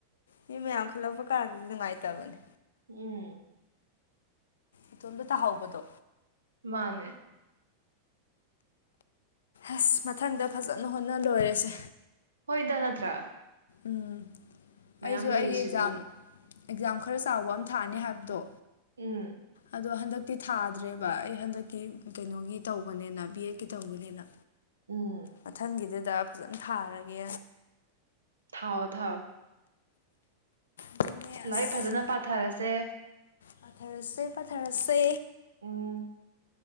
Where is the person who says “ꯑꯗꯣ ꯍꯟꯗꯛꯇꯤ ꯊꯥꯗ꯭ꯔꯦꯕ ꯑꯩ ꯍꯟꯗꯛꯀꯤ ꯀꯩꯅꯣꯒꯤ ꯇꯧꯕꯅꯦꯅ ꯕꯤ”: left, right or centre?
Left